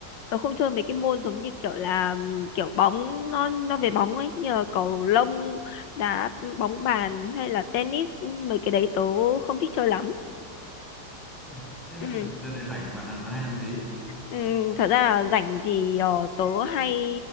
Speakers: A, on the left; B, in the centre.
A: Tớ không chơi mấy cái môn giống như kiểu là ừm, kiểu bóng nó nó về bóng ấy, như là cầu lông, đá bóng bàn hay là tennis, ừ, mấy cái đấy tớ không thích chơi lắm.
B: Thế à? Thế
A: Ừ.
B: giờ này rảnh bạn bạn hay làm gì? <laughs>
A: Ừ, thật ra là rảnh thì ờ, tớ hay